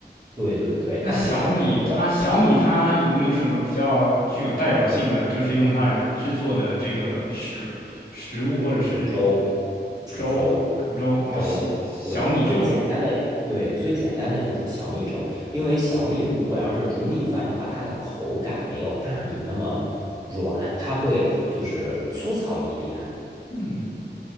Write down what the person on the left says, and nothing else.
那小米它小米它有没有什么比较具有代表性的，
就是用它来制作的这个食食物或者是
粥煮粥哦，
小小米粥，
嗯